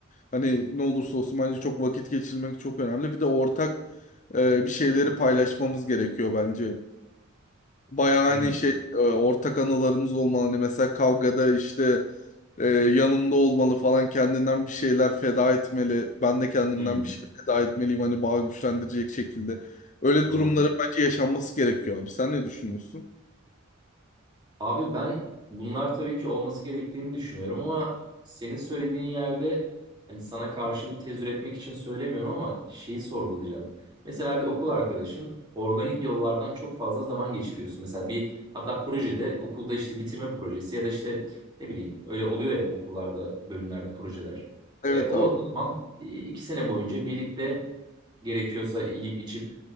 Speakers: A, on the left; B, on the right.
A: Hani ne olursa olsun bence çok vakit geçirmek çok önemli. Bir de ortak e, bir şeyleri paylaşmamız gerekiyor bence. Bayağı hani
B: Hmm,
A: şey e, ortak anılarımız olmalı. Hani mesela kavgada işte e, yanımda olmalı falan kendinden bir şeyler feda etmeli. Ben de kendimden
B: hmm,
A: bir şey feda etmeliyim hani bağı güçlendirecek şekilde. Öyle
B: doğru.
A: durumların bence yaşanması gerekiyor abi. Sen ne düşünüyorsun?
B: Abi ben bunlar tabii ki olması gerektiğini düşünüyorum ama senin söylediğin yerde hani sana karşı bir tez üretmek için söylemiyorum ama şeyi sorgulayacağım. Mesela bir okul arkadaşın organik yollardan çok fazla zaman geçiriyorsun. Mesela bir hatta projede okulda işte bitirme projesi ya da işte ne bileyim öyle oluyor ya okullarda bölümlerde projeler.
A: Evet
B: E, o,
A: abi.
B: o zaman e, iki sene boyunca birlikte gerekiyorsa yiyip içip